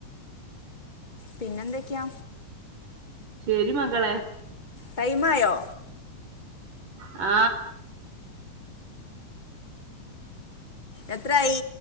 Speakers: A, on the left; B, on the right.
A: പിന്നെ എന്തൊക്യാ
B: ശരി മകളെ.
A: ടൈമായോ
B: ആ
A: എത്രായി